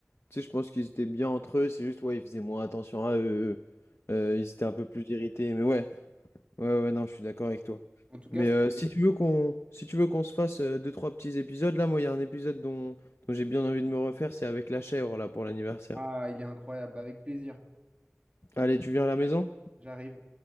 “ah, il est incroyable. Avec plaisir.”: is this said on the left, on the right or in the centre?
Right